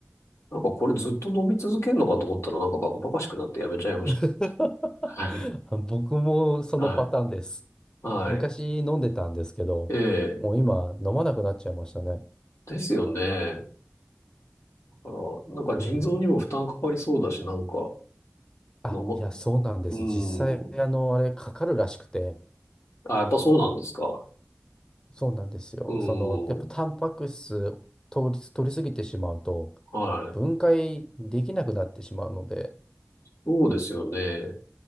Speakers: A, on the left; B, on the left.
A: なんかこれずっと飲み続けるのかと思ったら、なんかバカバカしくなってやめちゃいまし
B: <laughs>
A: た。はい。
B: あ僕もそのパターンです。
A: はい。はい。
B: 昔飲んでたんですけど、
A: ええ。
B: もう今飲まなくなっちゃいましたね。
A: ですよね。だから、なんか腎臓にも負担かかりそうだし、
B: あの、
A: なんか、
B: あ、
A: 飲ま、
B: いや、
A: う
B: そうなんです。
A: ー
B: 実際、
A: ん。
B: あの、あれ、かかるらしくて、
A: あ、やっぱそうなんですか。
B: そうなんですよ。
A: うーん。
B: その、やっぱタンパク質取り、取りすぎてしまうと、
A: はい。
B: 分解できなくなってしまうので、
A: そうですよね。